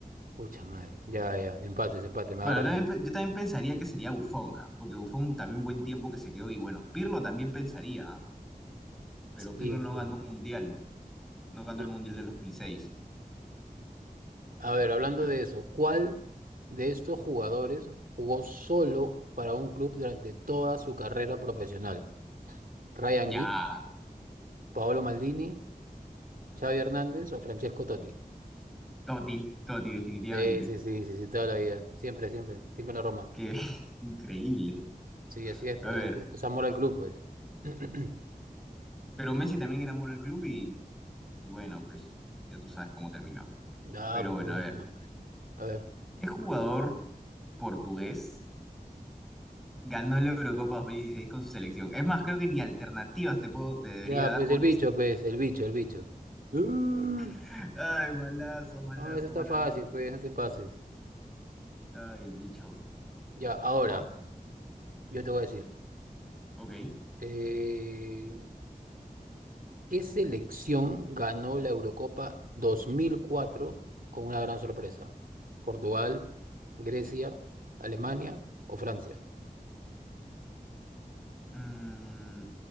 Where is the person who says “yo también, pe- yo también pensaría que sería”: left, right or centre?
Centre